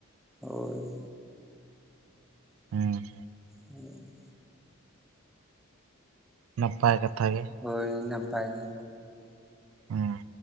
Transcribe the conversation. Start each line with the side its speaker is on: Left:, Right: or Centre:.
Centre: ᱦᱳᱭ ᱾
Right: ᱦᱮᱸ᱾
Centre: <inaudible>
Right: ᱱᱟᱯᱟᱭ ᱠᱟᱛᱷᱟ ᱜᱮ ᱾
Centre: ᱦᱳᱭ ᱱᱟᱯᱟᱭ ᱜᱮ ᱾
Right: ᱚᱸᱻ